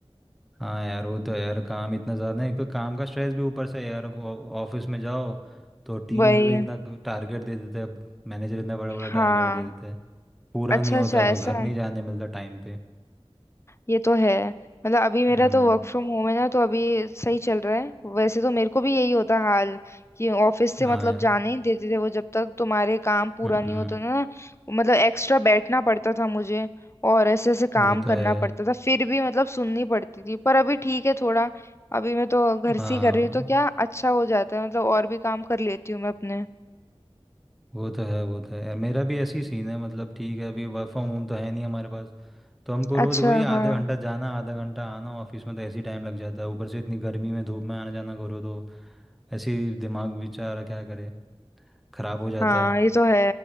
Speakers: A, in the centre; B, on the left (about 25°).
A: हाँ यार वो तो यार काम इतना ज़्यादा है एक तो काम का स्ट्रेस भी ऊपर से है यार ऑफिस में जाओ तो टीम
B: वही
A: लीडर इतना टारगेट दे देता है मैनेजर इतना बड़ा बड़ा
B: हाँ
A: टारगेट दे देता है पूरा
B: अच्छा
A: नहीं होता
B: अच्छा
A: तो
B: ऐसा
A: घर नहीं जाने मिलता टाइम पे
B: ये तो है मतलब अभी मेरा
A: हम्म
B: तो वर्क फ्रॉम होम है ना तो अभी सही चल रहा है वैसे तो मेरे को भी यही होता हाल कि ऑफिस से
A: हाँ
B: मतलब
A: यार
B: जाने ही देते थे वो जब तक तुम्हारे काम पूरा
A: हम्म
B: नहीं होता ना मतलब एक्स्ट्रा बैठना पड़ता था मुझे और ऐसे ऐसे काम
A: वो
B: करना
A: तो है
B: पड़ता था फिर भी मतलब सुननी पड़ती थी पर अभी ठीक है थोड़ा अभी मैं तो घर से
A: हाँ
B: ही कर रही हूँ तो क्या अच्छा हो जाता है मतलब और भी काम कर लेती हूँ मैं अपने
A: वो तो है वो तो है यार मेरा भी ऐसी सीन है मतलब ठीक है अभी वर्क फ्रॉम होम तो है नहीं हमारे पास तो हमको
B: अच्छा
A: रोज़ वही
B: हाँ
A: आधा घंटा जाना आधा घंटा आना ऑफिस में तो ऐसे ही टाइम लग जाता है ऊपर से इतनी गर्मी में धूप में आना जाना करो तो ऐसे ही दिमाग बेचारा क्या करे ख़राब हो जाता
B: हाँ
A: है
B: ये तो है